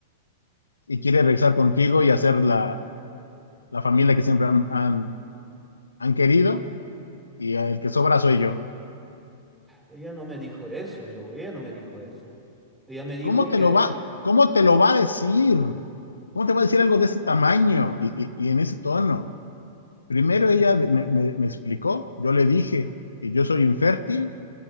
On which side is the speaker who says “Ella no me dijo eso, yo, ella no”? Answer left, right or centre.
Centre